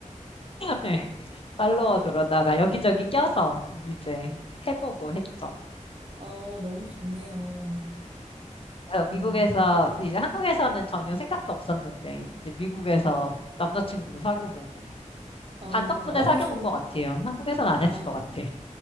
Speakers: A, on the left; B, on the right.
A: 네. <laughs> 팔로워드로 다가 여기저기 껴서 이제 해보고 했죠.
B: 어, 너무 좋네요.
A: 그래서 미국에서
B: 음,
A: 이제 한국에서는 전혀 생각도 없었는데 이제 미국에서 남자친구도 사귀어보고
B: 어,
A: 반 덕분에
B: 어,
A: 사귀어본
B: 좋,
A: 것 같아요. 한국에서는 안 했을
B: 어,
A: 것 같아.